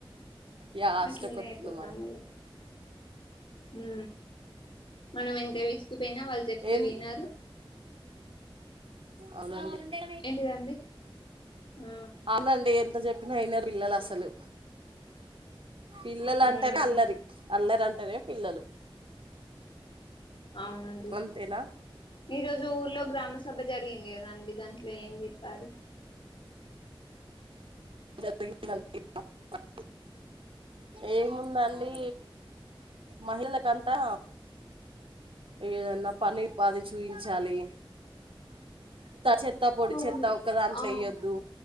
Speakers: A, on the right (about 70°); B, on the left (about 65°).
A: యా అష్టకొతుంది
B: ఆట్లనె అయిపోతంది ఉ మనం ఎంత విసికిపోయినా వాళ్ళు చెప్తే
A: ఏం
B: వినారు
A: అవునండి
B: ఏంటిదండి ఆ
A: అవునండి ఎంత చెప్పి న యినరు పిల్లలు అసలు పిల్లలు
B: మ్మ్
A: అంటేనే అల్లరి అల్లరంటేనే పిల్లలు
B: అవునండి
A: అంతేనా
B: ఈ రోజు ఊర్లో గ్రామ సభ జరిగింది కదా అండి దాంట్లో ఏం చెప్పారు
A: జరిగిందండి <unintelligible> ఏముందండి మహిళల కంతా ఏదన్న పని ఉపాది చూయించాలి తడి చెత్త పొడి
B: అవును
A: చెత్త ఒక దాంట్లో
B: ఆ
A: వేయ్యొద్దు